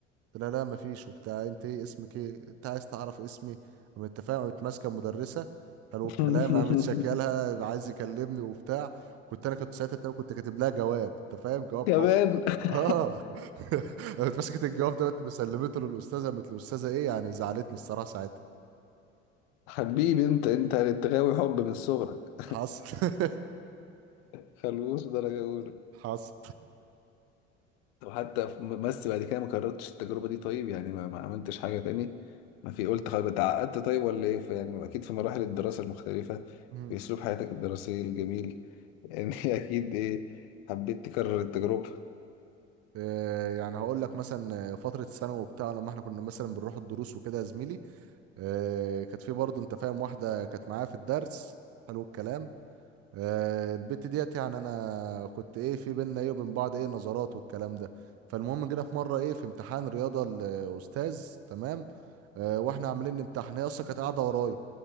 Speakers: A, on the right; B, on the left.
A: قلت لها لا مفيش وبتاع انت ايه اسمك ايه انت عايز تعرف اسمي قام التفاهم قامت ماسكه المدرسه قالوا
B: <laughs>
A: الكلام قامت شكلها عايز يكلمني وبتاع كنت انا كنت ساعتها تقريباً كنت كاتب لها جواب انت فاهم جواب
B: كمان
A: حب
B: <laughs>
A: اه <laughs> قامت مسكت الجواب ده قامت مسلمته للاستاذه قامت الاستاذه ايه يعني زعلتني الصراحه ساعتها
B: حبيبي انت انت انت غاوي حب من صغرك
A: حصل <laughs>
B: خلوص درجة أولى
A: حصل
B: طب حتى في- بس بعد كده ما كررتش التجربة دي طيب يعني ما, ما عملتش حاجة تاني ما في قلت خلاص اتعقدت طيب ولا ايه في يعني أكيد في مراحل الدراسة المختلفة
A: مم.
B: في أسلوب حياتك الدراسية الجميل يعني <laughs> أكيد ايه حبيت تكرر التجربة
A: آه، يعني هقول لك مثلا آه، فترة ثانوي وبتاع لما احنا كنا مثلا بنروح الدروس وكده يا زميلي آه، كانت في برضه انت فاهم واحده كانت معايا في الدرس حلو الكلام آه، البت ديت يعني انا كنت ايه في بينا ايه وبين بعض ايه نظرات والكلام ده فالمهم جينا في مره ايه في امتحان رياضه الاستاذ تمام آه، واحنا عاملين امتحان هي اصلا كانت قاعده ورايا